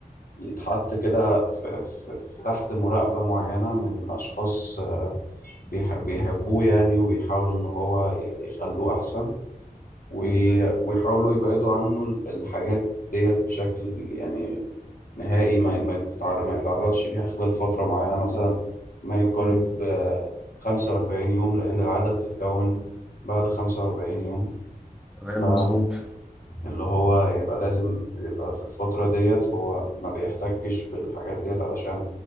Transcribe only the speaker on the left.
يتحط كده في في- في- تحت مراقبة معينة من أشخاص بيح- بيحبوه يعني وبيحاولوا إن هو ي- يخلوه أحسن وي-
ويحاولوا يبعدوا عنه ال- الحاجات ديت بشكل يعني نهائي ما ما يتعر- ما يتعرضش ليها خلال فترة معينة مثلا ما يقارب
آه، 45 يوم لأن العادة بتتكون بعد 45 يوم
ف
اللي هو يبقى لازم يبقى في الفترة ديت هو ما بيحتكش بالحاجات ديت علشان